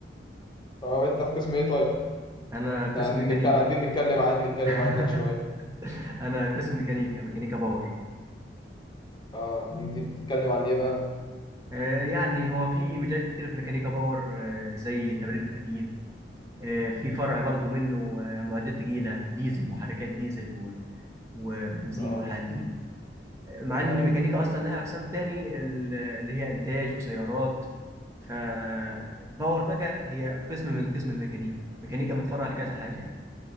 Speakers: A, on the left; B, on the right.
A: طب انت في قسم ايه طيب؟
B: انا
A: إحنا
B: قسم
A: قاعدين
B: ميكانيكا
A: نتك- قاعدين نتكلم عن نتكلم
B: <laughs>
A: عنك شوية
B: انا قسم ميكانيكا ميكانيكا باور
A: اه دي دي بتتكلم عن ايه بقى؟
B: آه، يعني هو في مجالات كتيرة في ميكانيكا باور آه، زي تبريد وتكييف آه، في فرع برضو منه آه، معدات تقيلة ديزل محركات ديزل و- وبنزين
A: اه
B: والحاجات دي آه، مع ان
A: ايوه
B: الميكانيكا اصلا لها اقسام تاني ال- اللي هي انتاج وسيارات فباور بقى هي قسم من قسم الميكانيكا ميكانيكا متفرع لكذا حاجة